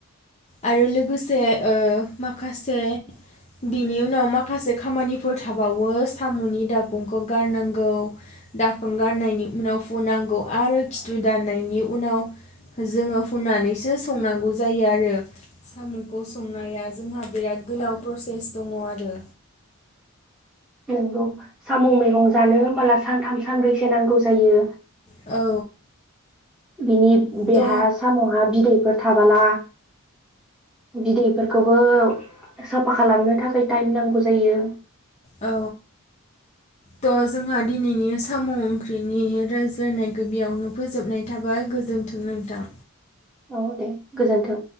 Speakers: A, on the left; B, in the centre.
A: आरो लोगोसे ओ मा माखासे बिनि उनाव मा माखासे खामानिफोर थाबावो साम'नि दाखंखौ गारनांगौ दाखोन गारनायनि उनाव फुनांगौ आरो खिथु दाननायनि उनाव जोङो हुनानैसो संनांगौ जायो आरो। साम'खौ संनाया जोंहा बिराद गोलाव प्रसेस दङ आरो।
B: नोंगौ साम' मैगं जानो होमबाला सान्थाम सानब्रैसो नांगौ जायो।
A: औ।
B: बिनि बेहा
A: थ'
B: साम'हा बिदै फोर थाबाला बिदैफोरखौबो साफा खालामनो थाखाय टाइम नांगौ जायो।
A: औ थ' जोंहा दिनैनि साम' ओंख्रिनि रायज्लायनायखो‌ बियावनो फोजोबनाय थाबाय गोजोन्थों नोंथां।
B: औ दे गोजोन्थों।